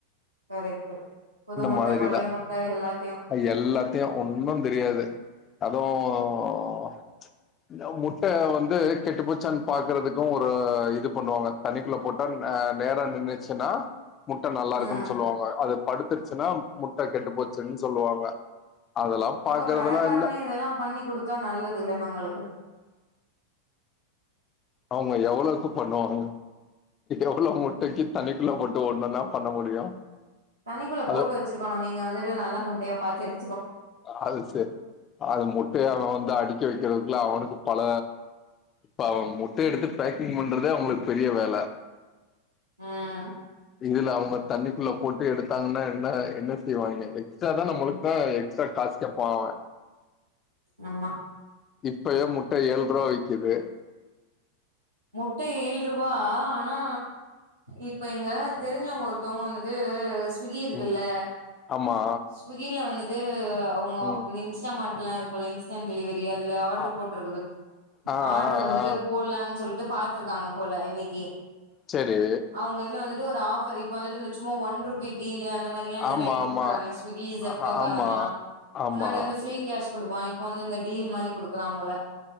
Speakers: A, on the right (about 80°); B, on the left (about 25°).
A: கரெக்ட் புது முட்டை
B: மாதிரிதா
A: பழைய முட்டை எல்லாத்தையு
B: அது எல்லாத்தையு ஒன்னு தெரியாது அதும் இந்த முட்டை வந்து கெட்டுப்போச்சான்னு பாக்குறதுக்கு ஒரு இது பண்ணுவாங்க தனிக்குள்ள போட் முட்டை அ நேரா நின்னுச்சுன்னா முட்டை நல்லா இருக்குன்னு
A: ம்
B: சொல்லுவாங்க, அது படுத்துருச்சுனா முட்டை கெட்டு போச்சுன்னு சொல்லுவாங்க அதெல்லா பாக்குறதெல்லா
A: அப்ப கடக்காரனே
B: இல்ல
A: இதெல்லா பண்ணி குடுத்தா நல்லதுல்ல நம்மளுக்கு
B: அவங்க எவ்ளோவுக்கு பண்ணுவாங்க எவ்ளோ முட்டைக்கி தண்ணிக்குள்ள போட்டு ஒன்னொன்னா பண்ண முடியு
A: தண்ணிக்குள்ள போட்டு
B: அது
A: வச்சிருக்கோணு நீங்க வந்துட்டு நல்ல முட்டையா பாத்து எடு
B: அது சேரி, அது முட்ட அவ வந்து அடுக்கி வைக்கிறதுக்குள்ள அவனுக்கு பல பாவம் முட்டை எடுத்து பேக்கிங் பண்றதே அவங்களுக்கு பெரிய வேல
A: ம்
B: இதுல அவங்க தண்ணிக்குள்ள போட்டு எடுத்தாங்கன்னா என்ன என்ன செய்வாங்க எக்ஸ்ட்ராதா நம்மளுக்குதா எக்ஸ் எக்ஸ்டா காசு கேப்பா அவ
A: ஆமா
B: இப்பயே முட்ட ஏழு ரூவா விக்குது
A: முட்ட ஏழு ரூவா ஆனா இப்ப இங்க தெரிஞ்சவங்க ஒருத்தவங்க வந்துட்டு ஸ்விகி இருக்குல்ல
B: ம் ஆமா
A: ஸ்விகில வந்துட்டு அவங்க
B: ம்
A: அந்த இன்ஸ் இன்ஸ்டா மார்ட்லா இருக்கும்ல இன்ஸ் அமேசான் டெலிவரி அதுல ஆர்டர்
B: ஆ
A: போட்டிருக்குது
B: ஆ
A: ஆர்டர்
B: ஆ
A: வந்துட்டு
B: ஆ.
A: போட்லானு சொல் ட்டு பாத்துருக்காங்க போல இன்னைக்கி
B: சேரி
A: அவங்க இதுல வந்துட்டு ஒரு ஆஃபர், இப்ப வந்துட்டு இந்த சும்மா ஒன் ரூபி டீல் அந்த மாரி எல்லா நறைய
B: ஆமா
A: குடுக்குறானே
B: ஆமா
A: ஸ்விகி ஜெப்டோகாரன்ல்லா
B: ஆஹா, ஆமா ஆமா
A: முன்னாடி வந்து ஃப்ரீ கேஷ் குடுப்பா, இப்ப வந்து இந்த டீல் மாரி குடுக்குறா போல